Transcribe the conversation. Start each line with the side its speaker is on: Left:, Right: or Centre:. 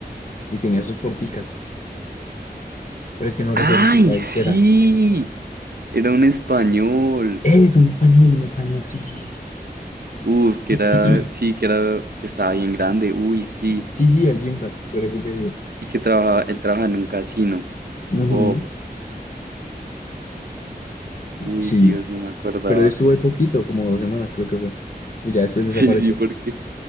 Left: Y tenía sus porticas. Pero es que no
Right: ¡Ay,
Left: recuerdo qué país
Right: sí!
Left: era.
Right: Era un español.
Left: Es un español, un español, sí, sí, sí.
Right: Uf, que
Left: <clears throat>
Right: era, sí, que era, que estaba bien grande. Uy, sí.
Left: Sí, sí, el Gym Rat, por eso te digo.
Right: Y que trabajaba, él trabaja en un casino.
Left: Ujú.
Right: Bof. Uy,
Left: Sí,
Right: Dios, no me acordaba.
Left: pero él estuvo ahí poquito, como dos semanas creo que fue. Y ya después
Right: <laughs>
Left: desapareció.
Right: Ay, Sí, porque